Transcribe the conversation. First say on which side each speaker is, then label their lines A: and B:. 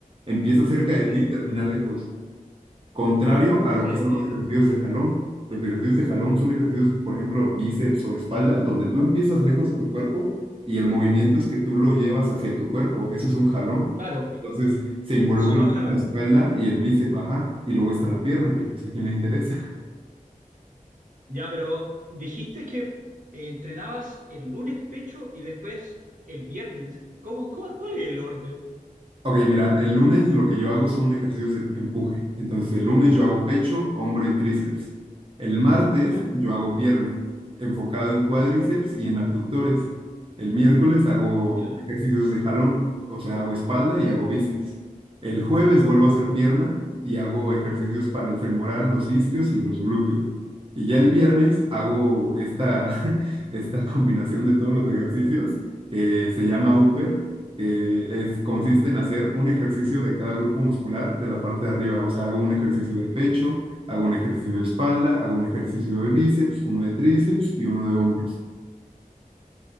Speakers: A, on the right (about 40°); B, on the right (about 65°).
A: Empieza cerca
B: Sí,
A: de ti y termina lejos. Contrario a
B: sí.
A: lo que
B: eh,
A: son los ejercicios de jalón. Los ejercicios de jalón son ejercicios, por ejemplo, bíceps o espalda, donde tú empiezas lejos de tu cuerpo y el movimiento es que tú lo llevas hacia tu cuerpo. Eso es un jalón.
B: Claro,
A: Entonces se involucra
B: solo
A: mucho
B: jalar.
A: la espalda y el bíceps, ajá, y luego está la pierna, que pues a quien le interesa.
B: Ya, pero dijiste que eh, entrenabas el lunes pecho y después el viernes. ¿Cómo, cuál, cuál es el orden?
A: Ok, mira, el lunes lo que yo hago son ejercicios de empuje. Entonces, el lunes yo hago pecho, hombro y tríceps. El martes
B: Ya,
A: yo hago pierna, enfocado en cuádriceps y en abductores. El miércoles hago
B: ya,
A: ejercicios de jalón, o sea, hago espalda y hago bíceps. El jueves vuelvo a hacer pierna y hago ejercicios para el femoral, los isquios y los glúteos. Y ya el viernes
B: ya.
A: hago esta, <laughs> esta combinación de todos los ejercicios que se llama upper eh, es, consiste en hacer un ejercicio de cada grupo muscular de la parte de arriba. O sea, hago un ejercicio de pecho, hago un ejercicio de espalda, hago un ejercicio de bíceps, uno de tríceps y uno de hombros.